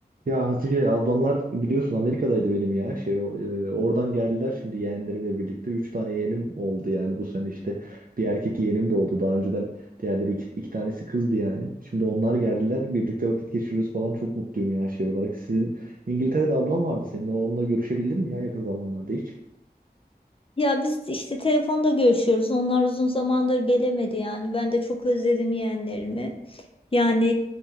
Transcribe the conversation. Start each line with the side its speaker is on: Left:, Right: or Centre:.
Right: Ya Hatice ablamlar biliyorsun Amerika'daydı benim ya şey o- e, oradan geldiler şimdi yeğenlerimle birlikte 3 tane yeğenim oldu yani bu sene işte bir erkek yeğenim de oldu daha önceden diğerleri iki, iki tanesi kızdı yani şimdi onlar geldiler birlikte vakit geçiriyoruz falan çok mutluyum ya şey olarak sizin İngiltere'de ablam vardı senin onunla görüşebildin mi ya yakın zamanlarda hiç?
Left: Ya biz işte telefonda görüşüyoruz. Onlar uzun zamandır gelemedi yani. Ben de çok özledim yeğenlerimi. Yani